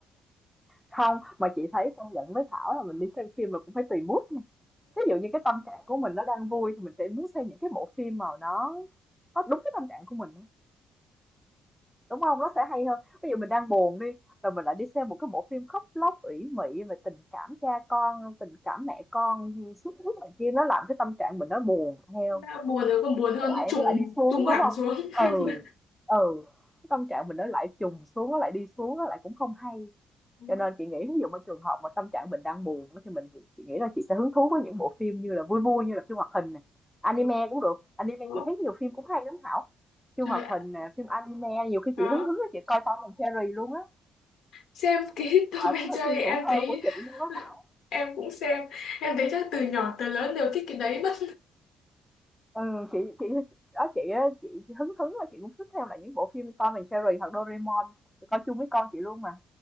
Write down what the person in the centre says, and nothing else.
Hông, mà chị thấy công nhận với Thảo là mình đi xem phim là cũng phải tùy mood nha. ví dụ như cái tâm trạng của mình nó đang vui thì mình sẽ muốn xem những cái bộ phim mà nó nó đúng cái tâm trạng của mình á, đúng không Nó sẽ hay hơn. Ví dụ mình đang buồn đi, rồi mình lại đi xem một cái bộ phim khóc lóc ủy mị về tình cảm cha con, tình cảm mẹ con, ưm, sướt này kia, nó làm cái tâm trạng mình nó buồn theo.
nó lại
nó lại đi xuống
đúng
không
ừ
ừ cái tâm trạng mình nó lại trùng xuống nó lại đi xuống nó lại cũng không hay
cho nên chị nghĩ ví dụ ở trường hợp mà tâm trạng mình đang buồn á, thì mình chị nghĩ là chị sẽ hứng thú với những bộ phim như là vui vui như là phim hoạt hình này anime
cũng được anime
chị thấy nhiều phim cũng hay lắm Thảo phim
hoạt
hình nè phim anime nhiều khi
chị hứng hứng là chị coi Tom and Jerry luôn á
ở
cái
phim
tuổi thơ
của chị luôn á
ừ, chị chị đó chị á, chị, chị hứng hứng là chị cũng thích theo lại những bộ phim Tom and Jerry hoặc Doraemon chị coi chung với con chị luôn mà